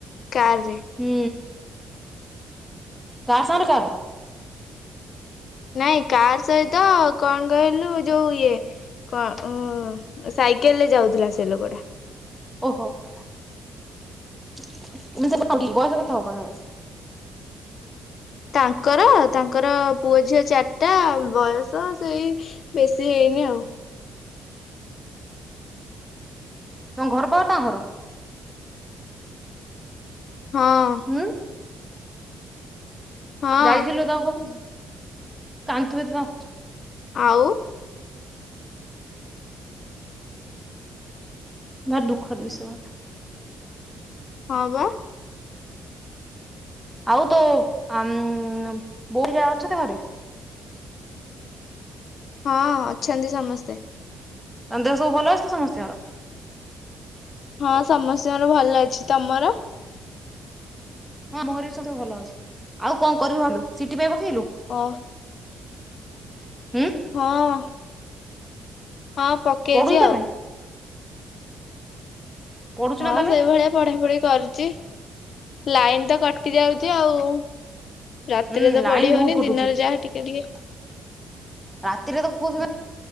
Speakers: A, on the left (about 60°); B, in the centre.
A: କାରରେ
B: ହୁଁ। କାର ସାଙ୍ଗରେ କାର?
A: ନାଇଁ କାର ସହିତ କଣ କହିଲୁ ଯୋଉ ଇଏ କଣ ଉଁ ସାଇକେଲରେ ଯାଉଥିଲା ସେ ଲୋକଟା।
B: ଓହୋ ଏମିତି ସବୁ କୁଟନ୍ତି ବୟସ କେତେ ହବ ତାଙ୍କର?
A: ତାଙ୍କର ତାଙ୍କର ପୁଅ ଝିଅ ଚାରିଟା ବୟସ ସେଇ ବେଶୀ ହେଇନି ଆଉ।
B: ତମ ଘର ପାଖରେ ତାଙ୍କ ଘର?
A: ହଁ।
B: ହୁଁ?
A: ହଁ।
B: ଯାଇଥିଲୁ ତାଙ୍କ ଘରକୁ କାନ୍ଦୁଥିବେତ
A: ଆଉ
B: ଭାରି ଦୁଃଖଦ ବିଷୟ
A: ହଁ ବା।
B: ଆଉ ତୋ ଅମଁ ବୋଉ ହେରିକା ଅଛନ୍ତି ଘରେ?
A: ହଁ ଅଛନ୍ତି ସମସ୍ତେ।
B: ତାଙ୍କ ଦେହ ସବୁ ଭଲ ଅଛିତ ସମସ୍ତିଙ୍କର।
A: ହଁ ସମସ୍ତିଙ୍କର ଭଲଅଛି ତମର?
B: ହଁ ଆମ ଘରେବି ସମେତେ ଭଲଅଛି ଆଉ କଣ କରିବୁ ଭାବିଲୁ ସିଟି ପାଇଁ ପକେଇଲୁ?
A: ଅ
B: ହୁଁ।
A: ହଁ। ହଁ ପକେଇଚି
B: ପଢୁଛୁ
A: ଆଉ।
B: ତା ପାଇଁ ପଢୁଛୁ
A: ହଁ
B: ନା ତା ପାଇଁ
A: ସେଇଭଳିଆ ପଢା ପଢି କରୁଚି ଲାଇନ ତ କଟି ଯାଉଚି ଆଉ। ରାତି
B: ହୁଁ
A: ରେ ତ
B: ଲାଇନ
A: ପଢି
B: ବହୁତ
A: ହଉନି
B: କଟୁଛି
A: ଦିନରେ ଯାହା ଟିକିଏ ଟିକିଏ
B: ରାତି ରେ ତ କହୁଥିବେ